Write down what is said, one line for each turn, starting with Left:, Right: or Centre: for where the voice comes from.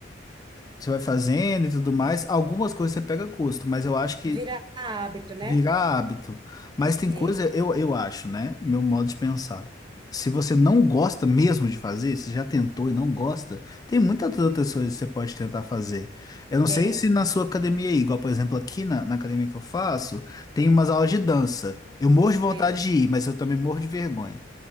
Left: você vai fazendo e tudo mais, algumas coisas você pega gosto, mas eu acho que
Right: Vira hábito, né?
Left: virar hábito. Mas tem
Right: É,
Left: coisa, eu, eu acho, né? Meu modo de pensar. Se você não gosta mesmo de fazer, se já tentou e não gosta, tem muitas outras coisas que você pode tentar fazer. Eu não sei
Right: é,
Left: se na sua academia aí, igual por exemplo aqui na, na academia que eu faço, tem umas aulas de dança. Eu morro de vontade
Right: é,
Left: de ir, mas eu também morro de vergonha.